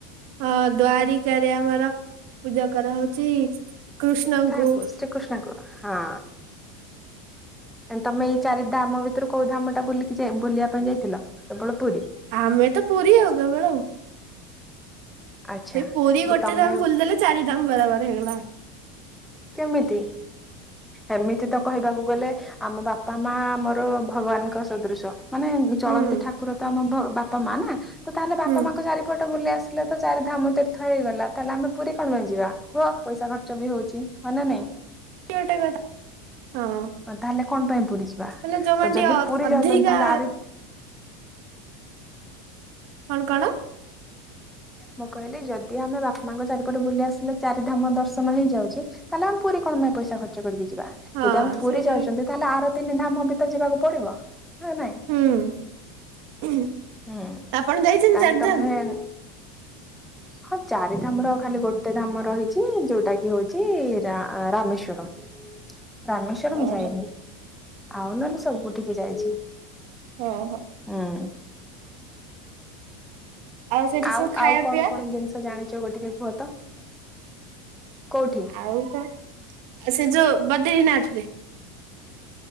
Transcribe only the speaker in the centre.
କାହାକୁୁ ଶ୍ରୀକୃଷ୍ଣକୁୁ ହଁ। ତମେ ଏଇ ଚାରି ଧାମ ଭିତରୁ କୋଉ ଧାମ ଟା ବୁଲିକି ବୁଲିବା ପାଇଁ ଯାଇଥିଲ କେବଳ ପୁରୀ।
ଆଚ୍ଛା
ଯେ
ତମେ
କେମିତି? ଏମିତି ତ କହିବାକୁ ଗଲେ ଆମ ବାପା ମା ଆମର ଭଗବାନଙ୍କ ସଦୃଶ। ମାନେ ଚଳନ୍ତି
ଠାକୁର ତ ଆମ ବାପା ମା ନା ତ ତାହେଲେ ବାପା
ମାଙ୍କ ଚାରିପଟେ ଟ ବୁଲି ଆସିଲେ ତ ଚାରି ଧାମ ତୀର୍ଥ ହେଇଗଲା ତାହେଲେ ଆମେ ପୁରୀ କଣ ପାଇଁଯିବା କୁହ ପଇସା ଖର୍ଚ୍ଚ ବି ହଉଛି। ହଁ ନା ନାଇଁ?
ତାହେଲେ କଣ ପାଇଁ ପୁରୀ ଯିବା
ତ ଯଦି
ପୁରୀ ଯାଉଛନ୍ତି
ତାହେଲେ ଆରି
ମୁଁ କହିଲି ଯଦି ଆମେ ବାପାଙ୍କ ଚାରିପଟେ ବୁଲି ଆସିଲେ ଚାରି ଧାମ ଦର୍ଶନ ହେଇଯାଉଛି। ତାହେଲେ ଆମ ପୁରୀ କଣ ପାଇଁ ପଇସା ଖର୍ଚ କରିକି ଯିବା।
ଯଦି ଆମେ ପୁରୀ
ଯାଉଛନ୍ତି
ତାହେଲେ ଆର ତିନି ଧାମ ଭିତରେ ଯିବାକୁ ପଡିବ ନାଇଁ?
ହୁଁ
ତାହେଲେ
ତମେ ହଁ ଚାରି ଧାମ ର ଖାଲି ଗୋଟେ ଧାମ ରହିଛି ଯୋଉଟା କି ହଉଛି ରାମେଶ୍ଵରମ। ରାମେଶ୍ୱର
ଯାଇନି ଆଉ ନହେଲେ ସବୁ ଟିକେ ଯାଇଛି।
ହୁଁ।
ଆଉ
ଆଉ କଣ
କଣ ଜିନିଷ ଜାଣିଛ ଗୋଟିକେ କୁହ ତ କୋଉଠି?